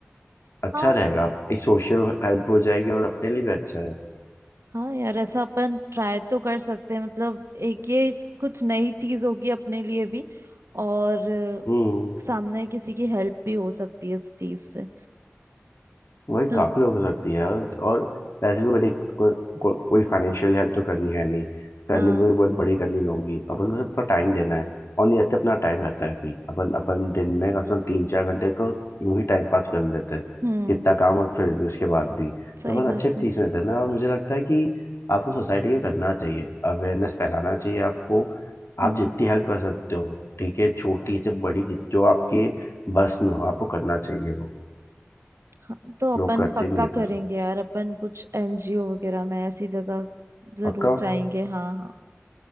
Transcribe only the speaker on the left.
अच्छा
रहेगा
इस सोशल हेल्प हो जाएगी और अपने लिए भी अच्छा है
हम्म
वही
काफी लोग हो सकती है और और वैसे भी कभी को, को, कोई फाइनेंशियल हेल्प तो करनी है नहीं करनी
भी बहुत बड़ी करनी होगी अपन को अपना टाइम देना है और नहीं रहते अपना टाइम रहता है फ्री अपन अपन दिन में कम से कम तीन चार घंटे तो यूं ही टाइम पास कर लेते हैं
कितना काम और फिर भी उसके बाद भी
तो अपन
अच्छे
चीज रहते हैं ना और मुझे लगता है कि आपको सोसाइटी के करना चाहिए अवेयरनेस फैलाना चाहिए आपको आप
जितनी हेल्प कर सकते हो ठीक है छोटी से बड़ी जो आपके बस में हो आपको करना चाहिए वो
लोग करते
नहीं है
पर
पक्का